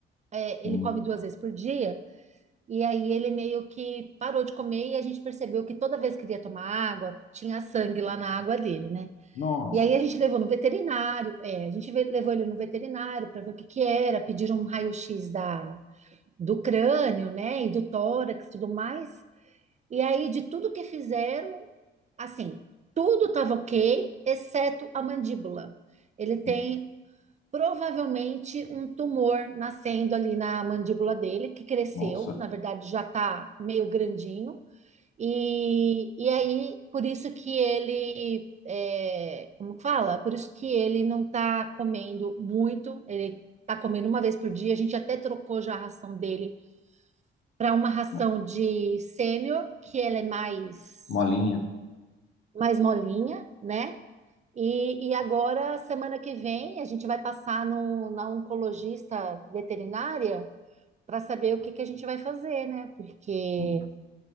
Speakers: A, on the right (about 35°); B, on the left (about 80°).
A: é,
B: Hum,
A: ele come duas vezes por dia, e aí ele meio que parou de comer e a gente percebeu que toda vez que ele ia tomar água, tinha sangue lá na água dele, né?
B: Nossa,
A: E aí a gente levou no veterinário, é, a gente ve- levou ele no veterinário para ver o que que era, pediram um raio-x da, do crânio, né, e do tórax, tudo mais. E aí de tudo que fizeram, assim, tudo estava ok, exceto a mandíbula. Ele tem
B: hum,
A: provavelmente um tumor nascendo ali na mandíbula dele, que cresceu,
B: nossa,
A: na verdade já está meio grandinho. E, e aí, por isso que ele, é, como fala? Por isso que ele não está comendo muito, ele está comendo uma vez por dia. A gente até trocou já a ração dele para uma ração
B: mo-
A: de sênior, que ela é mais,
B: molinha.
A: mais molinha, né? E, e agora, semana que vem, a gente vai passar no, na oncologista veterinária para saber o que que a gente vai fazer, né? Porque
B: Hum.